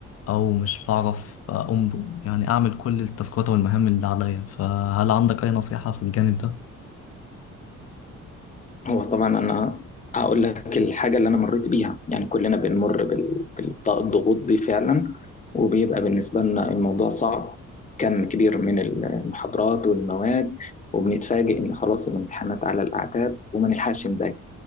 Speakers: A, on the left; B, on the left.
A: او مش بعرف اقوم ب- يعني اعمل كل التاسكات والمهام اللي عليا فهل عندك اي نصيحه في الجانب ده
B: هو طبعا أنا هقول لك الحاجة اللي أنا مريت بيها يعني كلنا بنمر بال- بالضغوط دي فعلا وبيبقى بالنسبة لنا الموضوع صعب كم كبير من المحاضرات والمواد وبنتفاجئ إن خلاص الامتحانات على الأعتاب وما نلحقش نذاكر